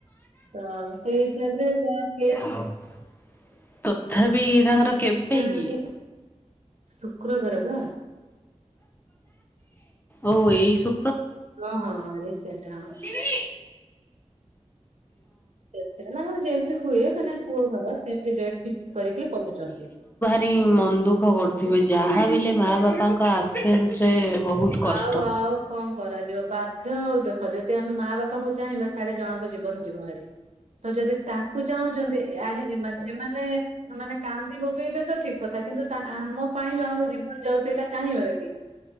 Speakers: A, on the right; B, on the left.
A: ତ ସେଇ ହିସାବରେ ଯାହା ହେଇ
B: <inaudible> ତଥାପି ତାଙ୍କର କେବେ
A: ନାହାନ୍ତି
B: କି
A: ଶୁକ୍ରବାର ପା
B: ଓ ଏଇ ସୁ
A: ହଁ ହଁ ହଁ ରିସେଣ୍ଟଟା।
B: ବୋଲିବି?
A: ସେଥିରେ ତାଙ୍କର ଯେମତି ହୁଏ ମାନେ ପୁଅ ଘର ସେମିତି ଡେଟ ଫିକ୍ସ କରିକି କରୁଛନ୍ତି।
B: ରି ମନ ଦୁଃଖ କରୁଥିବେ ଯାହା ବି ହେଲେ ମା ବାପାଙ୍କ ଆବସେନ୍ସ ରେ ବହୁତ କଷ୍ଟ।
A: ଆଉ ଆଉ କଣ କର କରାଯିବ ବାଧ୍ୟ ଆଉ ଦେଖ ଯଦି ଆମେ ମା ବାପାଙ୍କୁ ଚାହିଁବା ସାଢେ ଜଣଙ୍କ ଜୀବନ ଯିବ ହାରି। ତ ଯଦି ତାଙ୍କୁ ଚାହୁଁଛନ୍ତି ୟାଡ଼େ ଏମାନେ ଏମାନେ ମାନେ କାନ୍ଦି ବୋପେଇବେ ତ ଠିକ କଥା କିନ୍ତୁ ଆମ ପାଇଁ ଜଣଙ୍କ ଜୀବନ ଯାଉ ସେଇଟା ଚାହିଁବା କି?